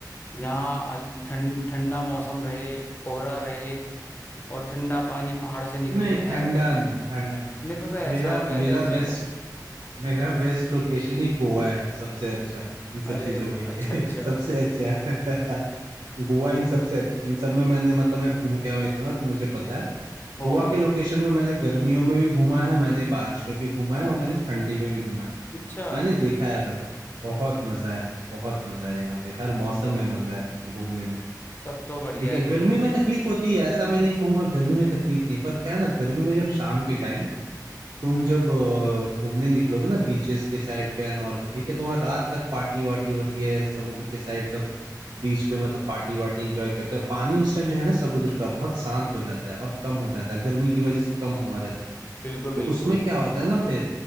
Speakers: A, on the left; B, on the right.
A: जहाँ हल- ठंड ठंडा मौसम रहे कोहरा रहे और ठंडा पानी पहाड़ों से निकले
B: नहीं
A: ऐ,
B: ठंडा
A: ऐ-
B: नहीं ठंडा नहीं
A: मेरे को तो ऐसा
B: मेरा
A: वेदर
B: मेरा
A: चाहिए
B: बेस्ट
A: था
B: मेरा बेस्ट लोकेशन ही गोवा है सबसे अच्छा इन सब
A: अरे
B: चीजों के लिए
A: अच्छा अच्छा
B: <laughs> सबसे अच्छा है <laughs> गोवा इन सबसे अच्छी इन सब में मैंने मतलब मैं घूम के आया हूँ इतने बार तो मुझे पता है गोवा
A: ओ
B: के लोकेशन में मैंने गर्मियों में भी घूमा है मैंने बारिश में भी घूमा है और मैंने ठंडी में भी घूमा है
A: अच्छा
B: मैंने देखा है भाई बहुत मजा है बहुत मजा है यहाँ पे हर मौसम में मजा है घूमने में
A: तब तो बढ़िया
B: ठीक है
A: है फिर
B: गर्मी में तकलीफ होती है ऐसा मैं नहीं कहूंगा गर्मी में तकलीफ नहीं पर क्या है ना गर्मी में जब शाम के टाइम तुम जब अ, घूमने निकलोगे ना बीचेस के साइड पे एंड ऑल ठीक है तो वहाँ रात तक पार्टी वार्टी होती है समुद्र के साइड सब बीच पे मतलब पार्टी वार्टी एंजॉय करते हैं और पानी उस टाइम जो है ना समुद्र का बहुत शांत हो जाता है और कम हो जाता है गर्मी की वजह से कम हुआ रहता है
A: बिल्कुल बिल्कुल
B: तो उसमें क्या होता है ना फिर